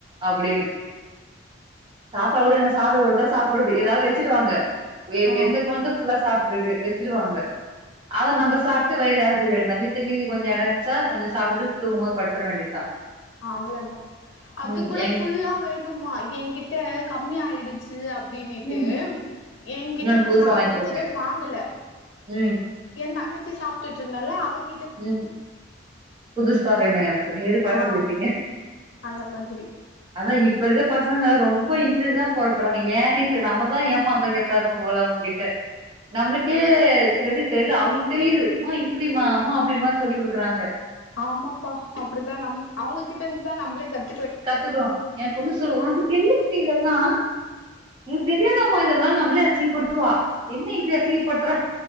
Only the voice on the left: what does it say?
ஆ
அவ்ளோதா அது
கூட
ஃபுல்லா வேணுமா ஏங்கிட்ட கம்மி ஆயிடுச்சு அப்டினீட்டு
ஏங்கிட்ட
கு
நா
குடுத்தத வாங்கல
ஏ தங்கச் சாப்டுட்டு இருந்தால அவக்
ஆ
அந்த மாதிரி
ஆமாப்பா அப்டிதா நம் அவுங்க கிட் இருந்தா நம்ளே கத்